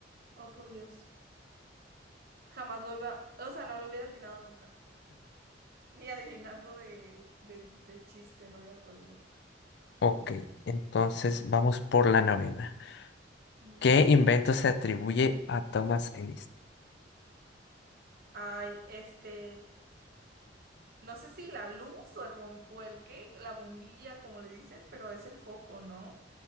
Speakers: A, on the right; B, on the left.
A: Oh, por Dios. Jamás lo iba, o sea, no lo hubiera atinado nunca. <laughs> Ni adivinando de, de, de chiste, no hubiera podido.
B: Ok, entonces vamos por la novena.
A: Muy
B: ¿Qué
A: bien.
B: invento se atribuye a Thomas Edison?
A: Ay, este, no sé si la luz o el, bom- o el qué, la bombilla, como le dicen, pero es el foco, ¿no?